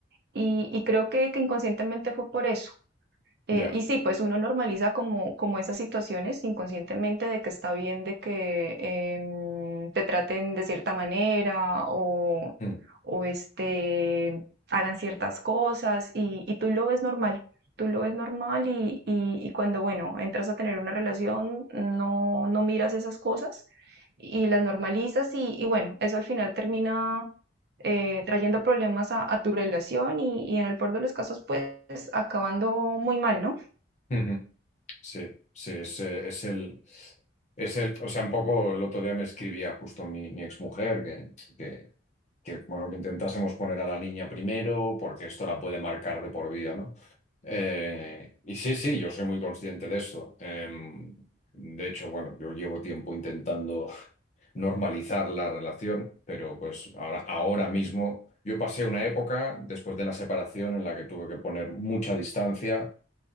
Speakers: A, on the right (about 55°); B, on the left (about 35°).
A: Y, y creo que, que inconscientemente fue por eso, eh,
B: Ya.
A: y sí, pues uno normaliza como, como esas situaciones inconscientemente de que está bien, de que em, te traten de cierta manera o,
B: Mm.
A: o este, hagan ciertas cosas y, y tú lo ves normal, tú lo ves normal y, y- y cuando, bueno, entras a tener una relación, no, no miras esas cosas y las normalizas y, y bueno, eso al final termina eh, trayendo problemas a, a tu relación y, y en el peor de los casos, pues acabando muy mal, ¿no?
B: <laughs> Sí, sí, es, eh, es el, es el, o sea, un poco el otro día me escribía justo mi, mi exmujer que, que, que, bueno, que intentásemos poner a la niña primero porque esto la puede marcar de por vida, ¿no? Eh, y sí, sí, yo soy muy consciente de eso. Em, de hecho, bueno, yo llevo tiempo intentando <laughs> normalizar la relación, pero pues ahora, ahora mismo yo pasé una época después de la separación en la que tuve que poner mucha distancia